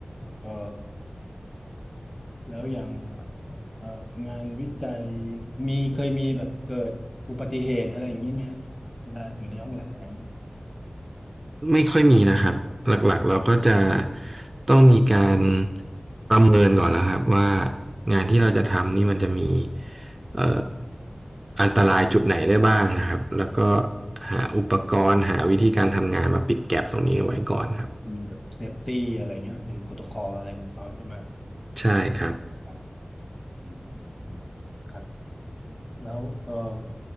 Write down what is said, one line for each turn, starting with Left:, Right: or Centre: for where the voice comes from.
Left: เอ่อ แล้วอย่างเอ่องานวิจัยมีเคยมีแบบเกิดอุบัติเหตุอะไรอย่างนี้ไหมฮะเวลาอยู่ในห้องแลบอะไรอย่างนี้
Right: ไม่ค่อยมีนะครับหลักๆเราก็จะต้องมีการประเมินก่อนแล้วครับว่างานที่เราจะทำนี่มันจะมีเอ่ออันตรายจุดไหนได้บ้างนะครับแล้วก็หาอุปกรณ์หาวิธีการทำงานมาปิดแก็ปตรงนี้เอาไว้ก่อนครับ
Left: มีแบบเซฟตี้อะไรเงี้ยเป็นโปรโตคอลอะไรของเขาจะมา
Right: ใช่ครับ
Left: กันยังไงอืมอืมอืมครับแล้วเอ่อ